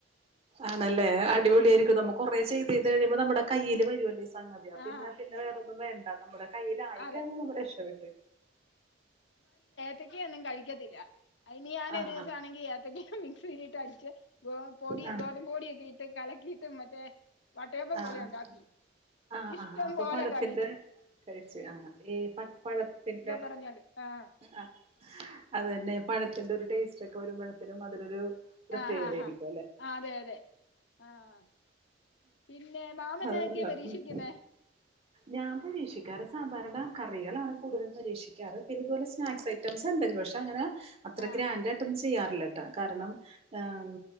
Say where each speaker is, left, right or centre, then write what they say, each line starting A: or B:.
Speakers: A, on the right; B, on the left.
A: ആണല്ലേ അടിപൊളിയായിരിക്കും നമു കുറേ ചെയ്തെയ്ത് കഴിയുമ്പോ നമ്മുടെ കയ്യില് വരുവല്ലൊ ഈ സംഗതിയാ പിന്നെ
B: ആഹ്
A: പിന്നെ വേറൊന്നും വേണ്ട നമ്മുടെ കയ്യിലായിക്കഴിഞ്ഞാ
B: അതെ
A: നമ്മ രക്ഷപ്പെട്ട്
B: ത്തക്ക ഒന്നും കഴിക്കത്തില്ല അയ്നി ഞാനൊരു
A: ആഹ്
B: ദിവസാണെങ്കി
A: ആഹ്
B: ഏത്തക്ക മിക്സീലിട്ട് അടിച്ച് ഗ പൊടി
A: ആഹ്
B: ഗോതമ്പ് പൊടിയൊക്കെ ഇട്ട് കലക്കീട്ട് മറ്റേ വട്ടയപ്പം
A: ആഹ്
B: പോലെ
A: ആഹ്
B: ഉണ്ടാക്കി
A: ആഹ് ആഹ്
B: ഇഷ്ടം
A: ആഹ് അപ്പൊ
B: പോലെ
A: പഴത്തിന്റെ
B: കഴിക്കും
A: കഴിച്ച് ആഹ് ഈ പപ്പഴത്തിന്റെ
B: പറഞ്ഞോണ്ട് ആഹ്
A: ആഹ് അതന്നെ പഴത്തിന്റെ ഒരു ടേസ്റ്റോക്കെ വരുമ്പഴത്തിനും അതിനൊരു പ്രത്യേകതയായിരിക്കും
B: ആഹ് ഹാ ഹാ
A: അല്ലെ
B: ആതെ അതെ ആഹ് പിന്നെ ന്നെ മാമന്നതൊക്കയാ
A: അത് കൊള്ളാം
B: പരീക്ഷിക്കുന്നേ
A: ഉം ഞാൻ പരീക്ഷിക്കാറ് സാധാരണ കറികളാണ് കൂടുതലും പരീക്ഷിക്കാറ് പിന്നിതുപോലെ സ്നാക്സ് ഐറ്റംസ്ണ്ട് ഒരു പക്ഷേ അങ്ങനെ
B: ആ
A: അത്ര ഗ്രാൻഡായ്ട്ടൊന്നും ചെയ്യാറില്ലട്ടാ കാരണം ആഹ് അൻ